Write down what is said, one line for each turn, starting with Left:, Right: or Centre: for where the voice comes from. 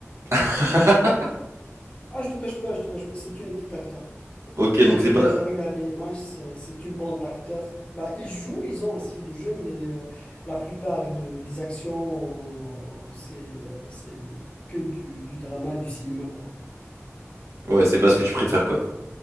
Right: <laughs>
Left: Ah, je te cache pas, je te cache pas, c'est une équipe d'acteurs.
Right: Ok,
Left: J'ai
Right: donc c'est
Left: vu,
Right: pas,
Left: j'ai regardé les matchs, c'est c'est une bande d'acteurs. Bah, ils jouent, ils ont un style de jeu, mais euh, la plupart de- des actions, euh, c'est euh, c'est que du, du drama, du cinéma, quoi.
Right: ouais, c'est pas ce que tu préfères, quoi.